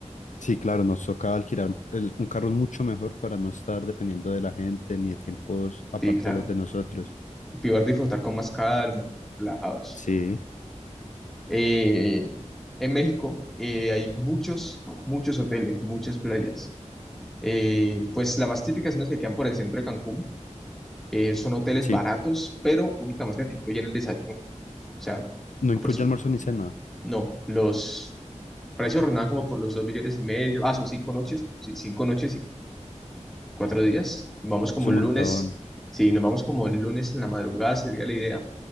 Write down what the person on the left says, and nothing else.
Sí, claro, nos toca alquilar el- un carro mucho mejor para no estar dependiendo de la gente ni de tiempos aparte
de los de nosotros.
Sí,
sí,
no
incluye almuerzo ni cena,
es un
montón.